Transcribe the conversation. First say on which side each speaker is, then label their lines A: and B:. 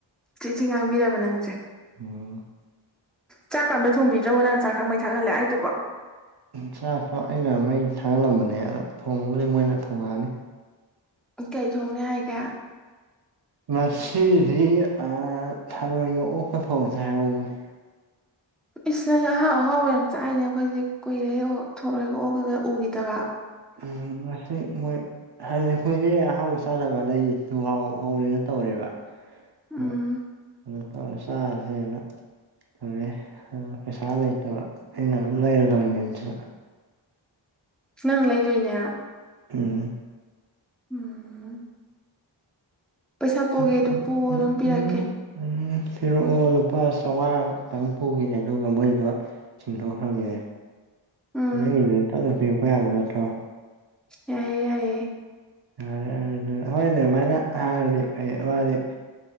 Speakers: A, in the centre; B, on the right.
A: ꯊꯤ ꯊꯤ ꯉꯥꯡꯕꯤꯔꯕ ꯅꯪꯁꯦ
B: ꯎꯝ
A: ꯆꯥꯛꯀ ꯑꯝꯇ ꯊꯣꯡꯕꯤꯗ꯭ꯔꯕꯣ ꯅꯪꯅ ꯆꯥꯛ ꯃꯩ ꯊꯥꯒꯠꯍꯜꯂꯦ ꯍꯥꯏꯗꯨꯕꯨ
B: ꯆꯥꯛꯇꯣ ꯑꯩꯅ ꯃꯩ ꯊꯥꯡꯒꯜꯂꯝꯕꯅꯦ ꯑꯗ ꯊꯣꯡꯉꯕꯨꯗꯤ ꯃꯣꯏꯅ ꯊꯣꯡꯉꯛꯑꯅꯤ
A: ꯀꯩ ꯊꯣꯡꯅꯤ ꯍꯥꯏꯒꯦ
B: ꯉꯁꯤꯗꯤ ꯑꯥ ꯊꯥꯔꯣꯏꯒ ꯑꯣꯛꯀ ꯊꯣꯡꯁꯦ ꯍꯥꯏꯍꯧꯕꯅꯦ
A: ꯏꯁ ꯅꯪꯗꯤ ꯑꯍꯥꯎ ꯑꯍꯥꯎꯕ ꯌꯥꯝ ꯆꯥꯛꯏꯅꯦ ꯑꯩꯈꯣꯏꯁꯦ ꯀꯨꯏꯔꯦ ꯊꯔꯣꯏ ꯑꯣꯛ ꯀ ꯎꯈꯤꯗꯕ
B: ꯎꯝ ꯉꯁꯤ ꯃꯣꯏ ꯍꯥꯏꯗꯤ ꯑꯩꯈꯣꯏꯗꯤ ꯑꯍꯥꯎ ꯆꯥꯗꯕ ꯂꯩ ꯇꯨꯍꯥꯎ ꯍꯧꯔꯦꯗꯣ ꯇꯧꯔꯦꯕ
A: ꯎꯝ
B: ꯑꯗꯣ ꯀꯩꯅꯣ ꯇꯧꯔ ꯆꯔꯁꯦꯅ ꯍꯦ ꯄꯩꯁꯥ ꯂꯩꯇꯕ ꯑꯩꯅ ꯑꯗꯨꯝ ꯂꯩꯔ ꯇꯧꯅꯤ ꯑꯗꯨꯁꯨ
A: ꯅꯪ ꯂꯩꯗꯣꯏꯅꯦ
B: ꯎꯝ
A: ꯎꯝ ꯄꯩꯁꯥ ꯄꯨꯒꯦꯗꯣ
B: ꯎꯝ ꯎꯝ
A: ꯄꯨꯋꯣ
B: ꯎꯝ
A: ꯑꯗꯨꯝ ꯄꯤꯔꯛꯀꯦ
B: ꯎꯝ ꯎꯝ ꯄꯤꯔꯛꯑꯣ ꯂꯨꯄꯥ ꯆꯥꯝꯃꯉꯥ ꯈꯛꯇꯪ ꯄꯨꯒꯦ ꯑꯗꯨꯒ ꯃꯣꯏꯗꯣ ꯆꯤꯡꯊꯣꯛꯈ꯭ꯔꯒꯦ
A: ꯎꯝ
B: ꯅꯪꯒꯤꯗꯨꯗꯤ ꯇꯞꯅ ꯄꯤꯔꯛꯄ ꯌꯥꯕ ꯅꯠꯇ꯭ꯔꯣ
A: ꯌꯥꯏꯌꯦ ꯌꯥꯏꯌꯦ
B: ꯌꯥꯔꯦ ꯌꯥꯔꯦ ꯍꯣꯏꯅꯦ ꯑꯗꯨꯃꯥꯏꯅ ꯍꯥꯏꯔꯗꯤ ꯐꯩ ꯃꯥꯗꯤ